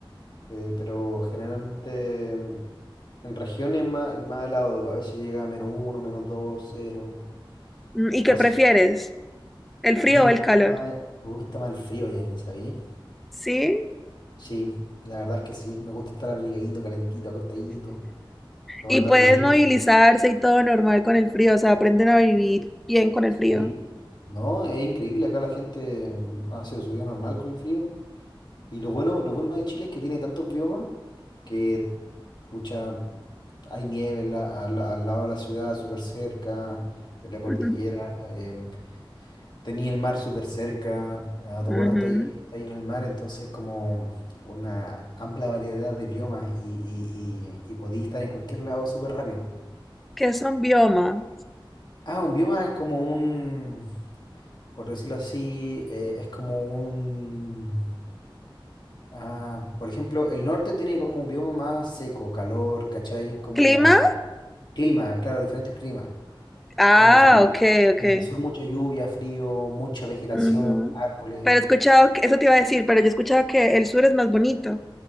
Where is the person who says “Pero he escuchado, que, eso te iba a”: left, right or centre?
Centre